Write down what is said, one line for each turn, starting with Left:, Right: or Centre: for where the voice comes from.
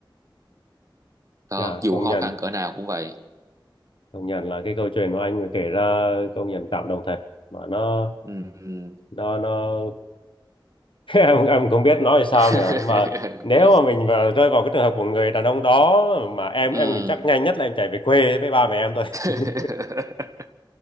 Right: đó
Left: chà
Right: dù
Left: công
Right: khó
Left: nhận
Right: khăn cỡ nào cũng vậy
Left: công nhận là cái câu chuyện của anh mà kể ra công nhận cảm động thật mà nó
Right: ừ
Left: nó nó <laughs> em em không biết nói sao
Right: <laughs>
Left: nữa mà nếu mà mình mà rơi vào cái trường hợp của người đàn ông đó mà em
Right: ừ
Left: em nghĩ chắc nhanh nhất là em chạy về quê với ba mẹ em thôi
Right: <laughs>
Left: <laughs>